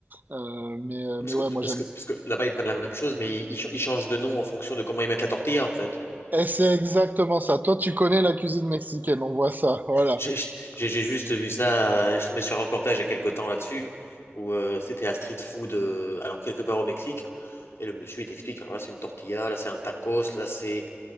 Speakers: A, on the right; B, on the left.
A: Euh, mais, euh,
B: Parce
A: mais ouais,
B: que,
A: moi
B: parce
A: j'aime.
B: que, parce que là-bas, ils prennent la même chose, mais ils, ils ch- ils changent de nom en fonction de comment ils mettent la tortilla, en fait.
A: Et c'est exactement ça. Toi, tu connais la cuisine mexicaine, on voit ça. Voilà.
B: J'ai j'ai- j'ai juste vu ça, euh, je suis tombé sur un reportage il y a quelques temps là-dessus, où euh, c'était à street food, euh, alors quelque part au Mexique, et le monsieur, il t'explique, alors là, c'est une tortilla, là, c'est un tacos, là, c'est...